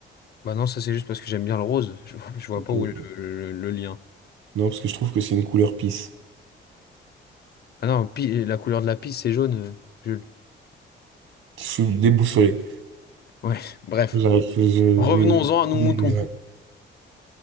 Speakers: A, on the left; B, on the right.
A: Bah non, ça c'est juste parce que j'aime bien le rose. Je vois, je vois
B: Ok,
A: pas où
B: ok.
A: est le, le- le lien.
B: Non, parce que je trouve que c'est une couleur peace.
A: Ah non, pi- la couleur de la piste, c'est jaune, euh, Jules.
B: Je suis déboussolé.
A: Ouais, bref.
B: J'arrive. je-
A: Revenons-en
B: je-
A: à nos moutons.
B: je- ouais.